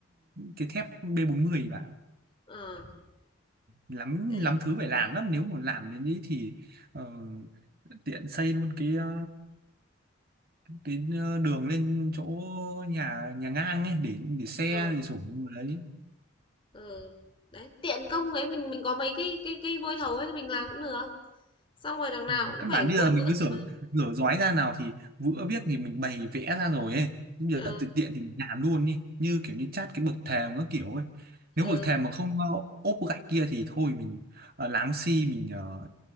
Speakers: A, on the right; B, on the left.
A: cái thép B40 vào
B: Ờ, à,
A: lắm
B: đấy.
A: lắm thứ phải làm lắm nếu mà làm đến ý thì ờ, tiện xây luôn cái ờ, cái ờ, đường lên chỗ nhà nhà ngang ấy để để xe
B: Ờ,
A: để sủng đấy
B: ờ. Đấy, tiện công ấy mình mình có mấy cái cái cái vôi thầu ấy thì mình làm cũng được. Xong rồi đằng nào
A: Ừ,
B: cũng
A: căn
B: phải
A: bản bây
B: vôi
A: giờ mình
B: vữa
A: cứ rửa
B: xi măng.
A: rửa giói ra nào thì vữa viết thì mình bày vẽ ra rồi ấy Chứ bây
B: Ờ,
A: giờ tự tiện thì mình làm luôn đi như kiểu như chát cái bậc thềm các kiểu ấy nếu
B: ờ,
A: bậc thềm mà không ờ, ốp gạch kia thì thôi mình ờ, láng xi mình ờ,